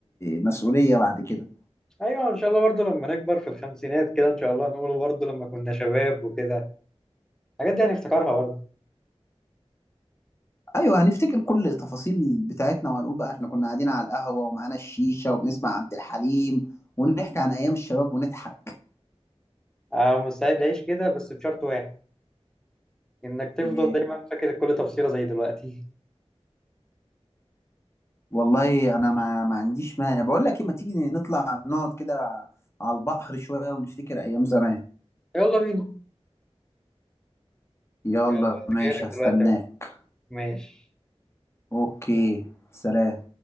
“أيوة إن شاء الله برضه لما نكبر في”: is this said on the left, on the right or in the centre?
Centre